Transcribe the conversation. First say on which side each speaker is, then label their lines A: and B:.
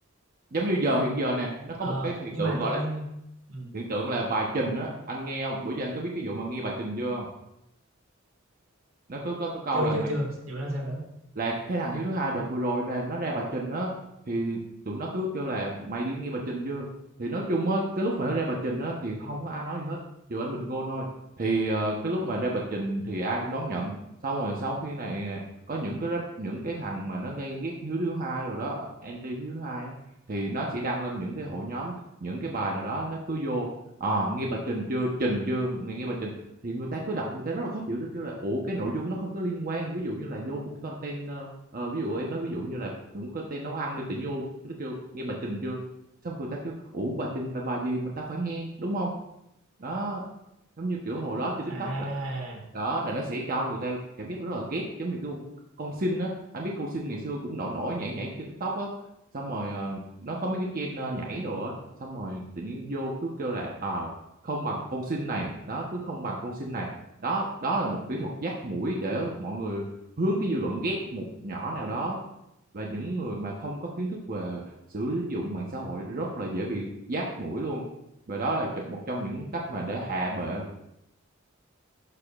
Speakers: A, on the right; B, on the right.
A: giống như giờ hiện giờ nè nó có
B: ờ
A: một cái hiện
B: nhưng
A: tượng
B: mà
A: gọi
B: tự nhiên
A: là
B: ừ,
A: Hiện tượng là bài trình á, anh nghe không? Bữa giờ anh có biết cái vụ mà nghe bài trình chưa không? Nó có có có câu
B: chưa
A: là
B: chưa
A: mày
B: chưa vụ đó sao nữa
A: là cái thằng Hiếu thứ hai đợt vừa rồi là nó ra bà Trình á thì tụi nó cứ kêu là mày đi nghe bà Trình chưa thì nói chung á cái lúc mà nó ra bà Trình á thì không có ai nói gì hết trừ anh Bình Gôn thôi thì ờ, cái lúc mà ra bà Trình thì ai cũng đón nhận xong rồi sau khi này nè, có những cái rap, những cái thằng mà nó gay ghét Hiếu thứ hai rồi đó anti Hiếu thứ hai á thì nó sẽ đăng lên những cái hội nhóm những cái bài nào đó nó cứ vô à, nghe bà Trình chưa Trình chưa mày nghe bà Trình thì người ta cứ đọc người ta rất là khó chịu tôi kêu là ủa cái nội dung nó không có liên quan ví dụ như là vô một cái content ờ, ờ, ví dụ em nói ví dụ như là cũng có tên nấu ăn đi tự nhiên vô nó kêu nghe bà Trình chưa xong người ta kêu ủa bà Trình là bà gì mà tao phải nghe đúng không đó giống như kiểu hồi đó trên TikTok
B: à
A: là đó là nó sẽ cho người ta cảm giác rất là ghét giống như cái con, con Sin á anh biết con Sin ngày xưa cũng nổi nổi nhảy nhảy trên TikTok á xong rồi ờ, nó có mấy cái trend ờ, nhảy đồ á xong rồi tự nhiên vô cứ kêu là à, không bằng con sinh này đó cứ không bằng con sinh này đó đó là một kỹ thuật dắt mũi để mọi người hướng cái dư luận ghét một nhỏ nào đó và những người mà không có kiến thức về sử dụng mạng xã hội rất là dễ bị dắt mũi luôn và đó là một trong những cách mà để hạ bệ